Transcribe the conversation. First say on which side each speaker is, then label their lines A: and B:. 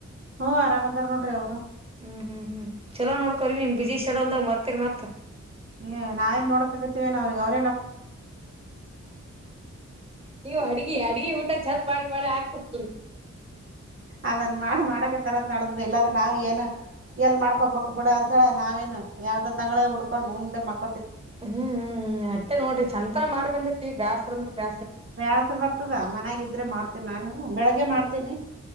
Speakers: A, on the right; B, on the right.
A: ಹ್ಮ್ ಆರಾಮ್ ಅಂದಾರ ನೋಡ್ರಿ ಅವ್ರು.
B: ಹ್ಮ್ ಹ್ಮ್ ಹ್ಮ್ ಚಲೋ ನೋಕೋರಿ ನಿಮ್ ಬಿಜಿ ಶಡಲ್ದಾಗ ಮರ್ತರಿ ಮತ್.
A: ಏ ನವೇನ್ ನೋಡಕಕ್ಕ ಆತಿವೇನ್ ಅವ್ರಿಗೆ ಅವ್ರ
B: ನೀವು ಅಡ್ಗಿ ಅಡ್ಗೆ ಊಟ ಚದ ಮಾಡಿ ಮಾಡಿ ಅಕ್ಬೆರ್ ರೀ.
A: ಅದನ್ ಮಾಡ ಮಾಡಕ ತರ. ನಡ್ದ ಇಲ್ಲಾರೆ ನಾವ್ ಏನು ಎಲ್ ಮಾಡ್ಕೋಬೇಕಕ್ ಬಿಡ ಅಂತ ಹೇಳ ನಾವೇನು ಯಾವ್ದೋ ತಂಗ್ಗಳ ಉಡ್ಕೊಂಡು ಉಂಡೆ ಮಕ್ಕ
B: ಹ್ಮ್ ಹ್ಮ್ ಅಷ್ಟೆ ನೋಡ್ರಿ ಚಂತ ಮಾಡ್ ಬಂದಿತಿ ಬ್ಯಾಸ್ರ ಅಂದ್ರ ಬ್ಯಾಸ್ರ.
A: ಬ್ಯಾಸ ಬರ್ತದ ಮನ್ಯಾಗಿದ್ರೆ ಮಾಡ್ತೀನಿ ನಾನು ಬೆಳಿಗ್ಗೆ ಮಾಡ್ತೀನಿ.